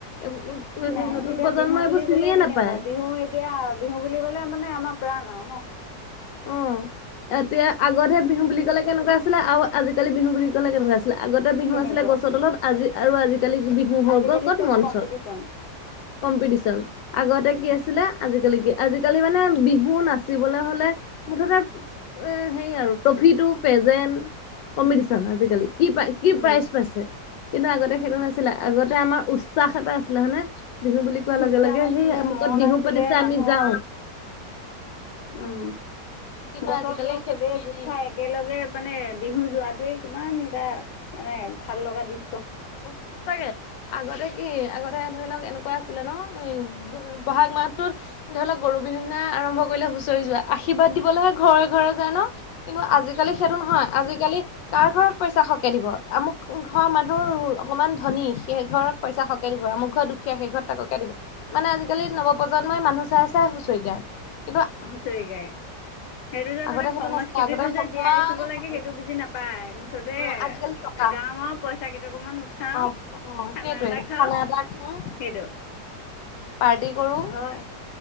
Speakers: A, on the left (about 90°); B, on the left (about 70°).
A: এইবোৰ হেৰি
B: নাই
A: নতুন
B: এতিয়া
A: প্ৰজন্মই
B: বিহু বুলি
A: এইবোৰ চিনিয়ে
B: কলে কেনেকুৱা,
A: নাপায়।
B: বিহু এতিয়া বিহু বুলি ক'লে মানে আমাক প্ৰাণ আও ন?
A: অহ, এতিয়া আগতহে বিহু বুলি ক'লে কেনেকুৱা আছিলে, আৰু আজিকালি বিহু বুলি কলে কেনেকুৱা আছ আগতে বিহু
B: কেনেকুৱা
A: আছিলে গছৰ তলত, আজি আৰু আজি আজি কালি বিহু হৈ
B: আজিকালি
A: গ'ল ক'ত
B: চব
A: মঞ্চত,
B: কম্পিটিচন
A: কম্পিটিশন আগত তে কি আছিলে আজিকালি কি আজিকালি মানে বিহু নাচিবলে হ'লে মুঠতে এ হেৰি আৰু ট্ৰফিটো পেজেন কম্পিটিচন আজিকালি। কি প্ৰাইজ কি
B: উম
A: প্ৰাইজ পাইছে। কিন্তু আগতে সেইটো নাছিলে আগতে আমাৰ উচ্ছাস এটা আছিলে, হয়নে? বিহু বুলি কোৱা লগে
B: উৎসাহ
A: লগে
B: আছিলে
A: সেই আমুকত
B: মন
A: বিহু
B: আছিলে
A: পাতিছে
B: মানুহৰ
A: আমি যাওঁ।
B: উম।
A: কিন্তু
B: গছৰ
A: আজিকালি
B: তলত
A: সেইটোৱে
B: চবেই গোট
A: নাই।
B: খাই একেলগে মানে বিহু
A: অ
B: যোৱাতোৱে কিমান গা মানে ভাল লগা দৃ
A: অ সচাকে আগতে কি আগতে ধৰি লওঁক এনেকুৱা আছিলে ন উ ব'হাগ মাহটোত ধৰি লওঁক গৰু বিহু দিনা আৰম্ভ কৰিলে হুঁচৰি যোৱা আশীৰ্বাদ দিবলৈ ঘৰে ঘৰে যায় ন কিন্তু আজিকালি সেইটো নহয় আজিকালি কাৰ ঘৰত পইচা সৰহকে দিব আমুক ঘৰ মানুহ অকণমান ধনী সেই ঘৰত পইচা সকে দিব আমুক ঘৰ দুখীয়া সেই ঘৰত তাকৰ কে দিব মানে আজিকালি নৱপ্ৰজন্ম মই মানুহ চাই চাই হুঁচৰি গাই
B: হুঁচৰি গাই সেইটো যে
A: আগতে
B: মানে
A: সেইটো
B: সংস্কৃতিটো
A: নাছিলে আগতে সমানে
B: যে জীয়াই ৰাখিব লাগে
A: সকলো
B: সেইটো বুজি নাপায় মুঠতে
A: অ আজিকালি টকা
B: গাঁৱৰ পইচা কেইটা অকমান উঠাও
A: অ অ
B: খানা
A: সেইটোৱে
B: এটা খাওঁ
A: খানা
B: সেইটো
A: এটা খাওঁ পাৰ্টি কৰোঁ
B: হয়